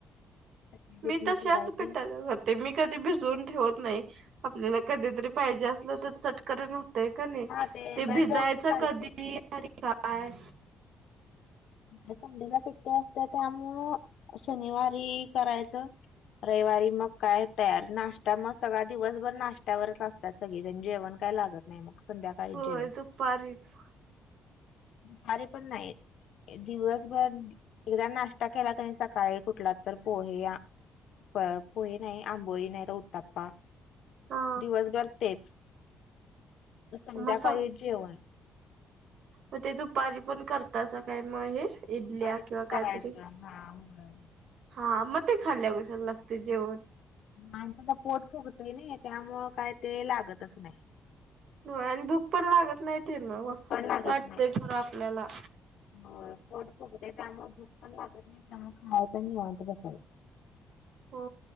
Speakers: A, on the left; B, on the right.
A: चटणी बिटणी
B: मी, तशाच
A: करायची
B: पिटाच्या करत. ते, मी कधी भिजवून ठेवत नाही, आपल्याला कधीतरी, पाहिजे असलं तर चटकरण. ते कणी,
A: हा इमर्जन्सी
B: ते भिजायचं
A: चालते
B: कधी,
A: ना.
B: आणि काय?
A: संडेला, सुट्टी असत्या त्यामुळं, शनिवारी करायचं. रविवारी मग काय तयार, नाश्ता मग सगळा दिवसभर, नाश्त्यावरच असतो. त्यात, सगळीजण जेवण काय लागत नाही मग. संध्याकाळी
B: होय,
A: जेवण
B: दुपारीच.
A: पारी पण नाही. दिवसभर, एकदा नाश्ता केला कणी, सकाळी कुठला तर, पोहे या प पोहे नाही, आंबोळी नाही, तर उताप्पा
B: हा
A: दिवसभर तेच. तर, संध्याकाळीच
B: मग सांग
A: जेवण.
B: मग ते, दुपारी पण करता अस, काय मग हे
A: दुपारी
B: इडल्या किंवा
A: पण
B: काहीतरी.
A: करायचं हा, होय,
B: हा, मग ते खाल्या कशाला, लागते जेवण.
A: माणसाच, पोट फुगतय नी त्यामुळे, काय ते लागतच नाही.
B: होय, आणि भुक पण लागत नाही, ती न
A: भूक पण लागत
B: वाटतय
A: नाही.
B: खरं आपल्याला.
A: होय, पोट फुगतय, त्यामुळे भूक पण लागत नाही. त्यामुळे खायच निवांत बसायच.
B: हो,